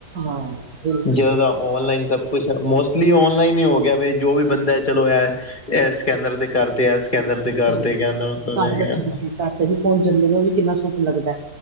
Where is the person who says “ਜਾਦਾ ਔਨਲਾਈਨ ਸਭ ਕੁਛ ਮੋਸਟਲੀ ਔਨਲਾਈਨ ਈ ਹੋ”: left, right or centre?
Left